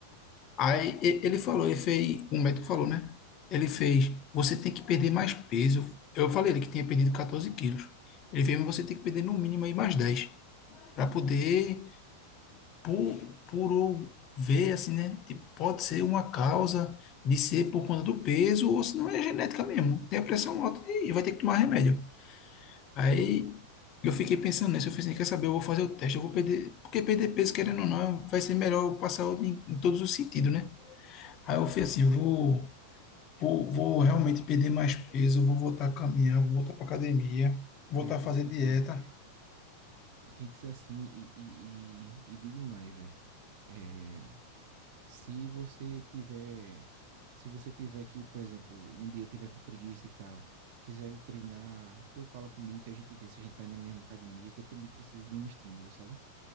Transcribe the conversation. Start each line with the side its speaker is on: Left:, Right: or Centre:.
Left: Aí e- ele falou, ele fez, o médico falou, né? Ele fez, você tem que perder mais peso. Eu falei ele que tinha perdido 14 quilos. Ele fez, mas você tem que perder no mínimo aí mais 10 para poder por, por eu ver, assim, né? Tipo, pode ser uma causa de ser por conta do peso, ou se não é genética mesmo. Tem a pressão alta e vai ter que tomar remédio. Aí eu fiquei pensando nisso, eu falei assim, quer saber, eu vou fazer o teste, eu vou perder, porque perder peso, querendo ou não, vai ser melhor eu passar em, em todos os sentidos, né? Aí eu falei assim, eu vou, vou, vou realmente perder mais peso, eu vou voltar a caminhar, vou voltar para academia, voltar
Right: É, tem
Left: a fazer
Right: que ser
Left: dieta.
Right: assim, bicho. Tem que ser assim, e, e, e- e digo mais, velho. É, Se você tiver, se você tiver que, por exemplo, um dia tiver com preguiça e tal, quiser ir treinar, fa- fala comigo que a gente vê se a gente vai na mesma academia, que eu também preciso de um estímulo, sabe?